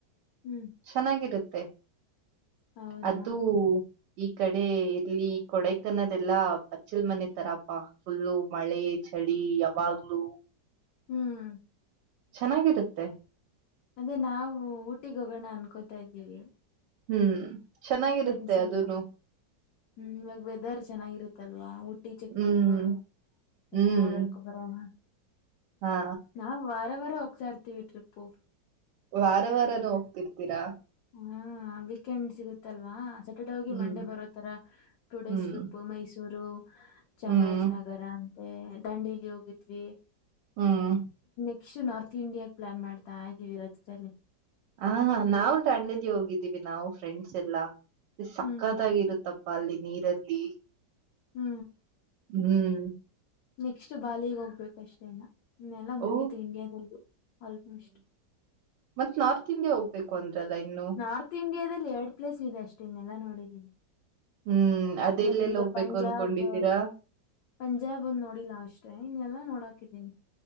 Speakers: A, on the left; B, on the right.
A: ಹ್ಮ್
B: ಚೆನ್ನಾಗಿರುತ್ತೆ
A: ಹೌದಾ
B: ಅದು ಈ ಕಡೆ ಇಲ್ಲಿ ಕೊಡೈಕನ್ನದೆ ಎಲ್ಲಾ ಬಚ್ಚಲ್ ಮನೆ ತರಪಾ ಫುಲ್ಲು ಮಳೆ ಚಳಿ ಯಾವಾಗ್ಲೂ
A: ಹ್ಮ್
B: ಚೆನ್ನಾಗಿರುತ್ತೆ
A: ಅದೇ ನಾವು ಊಟಿಗ ಹೋಗೋಣ ಅನ್ಕೋತಾ ಇದ್ದೀವಿ.
B: ಹ್ಮ್ ಚೆನ್ನಾಗಿರುತ್ತೆ
A: ್ರೆಂಡ್ಸ್
B: ಅದನು
A: ಎಲ್ಲ ಹ್ಮ್ ಇವಾಗ ವೆದರ್ ಚೆನ್ನಾಗಿರುತ್ತಲ್ವಾ ಟ್ಟಿ ಚಿಕ್ಮಗಳೂರು
B: ಹ್ಮ್ ಹ್ಮ್
A: ಎಲ್ಲಾ ಓಡಾಡ್ಕೊ ಬರೋಣ
B: ಹಾ
A: ನಾವು ವಾರ ವಾರ ಹೋಗ್ತಾ ಇಡ್ರ್ತೀವಿ ಟ್ರಿಪ್ಪು.
B: ವಾರ ವಾರಾನ ಹೋಗ್ತಿರ್ತೀರಾ
A: ಹಾ ವೀಕೆಂಡ್ ಸಿಗುತ್ತಲ್ವಾ ಸ್ಯಾಟರ್ಡೇ ಹೋಗಿ
B: ಹ್ಮ್
A: ಮಂಡೇ ಬರೋತರ ಟೂ ಡೇಸ್
B: ಹ್ಮ್
A: ಟ್ರಿಪ್ ಮೈಸೂರು ೂರು ಚಾಮರಾಜನಗರ
B: ಹ್ಮ್
A: ಅಂತ ದಂಡಿಲಿ ಹೋಗಿದ್ವಿ.
B: ಹ್ಮ್
A: ಇಷ್ಟು ನಾರ್ತ್ ಇಂಡಿಯಾಗ ಪ್ಲಾನ್ ಮಾಡ್ತಾ ಇದೀವಿ ರಜದಲ್ಲಿ
B: ಹಾ ನಾವು ದಾಂಡೇಲಿ ಹೋಗಿದ್ದೀವಿ ನಾವು ಫ್ರೆಂಡ್ಸ್ ಎಲ್ಲಾ ಸಕ್ಕತ್ತಾಗಿರುತ್ತಪ್ಪ
A: ಹ್ಮ್
B: ಪ ಅಲ್ಲಿ ನೀರಲ್ಲಿ
A: ಹ್ಮ್
B: ಹ್ಮ್
A: ನೆಕ್ಸ್ಟ್ ಬಾಲಿಗೆ ಹೋಗ್ಬೇಕ ಅಷ್ಟೇನ ಇನ್ನೆಲ್ಲಾ ಮುಗತು
B: ಓ
A: ಇಂಡಿಯಾದಲ್ಲು ಆಲ್ಮೋಸ್ಟ್
B: ಮತ್ ನಾರ್ತ್ ಇಂಡಿಯಾ ಹೋಗ್ಬೇಕು ಅಂದ್ರಲ್ಲ ಇನ್ನು
A: ನಾರ್ತ್ ಇಂಡಿಯಾದಲ್ಲಿ ಎರಡ್ ಪ್ಲೇಸ್ ಇದೆ ಅಷ್ಟೇ ಇನ್ನಲ್ಲಾ ನೋಡಿದ್ದೀನಿ
B: ಹ್ಮ್ ಅದೆಲ್ಲೆಲ್
A: ಒಂದು
B: ಹೋಗ್ಬೇಕು
A: ಪಂಜಾಬ್
B: ಅನ್ಕೊಂಡಿದ್ದೀರಾ?
A: ಪಂಜಾಬ್ ಅಂದ ನೋಡಿಲ್ಲಾ ಅಷ್ಟೆ ಇನ್ನೆಲ್ಲಾ ನೋಡಾಕಿದ್ದೀನಿ.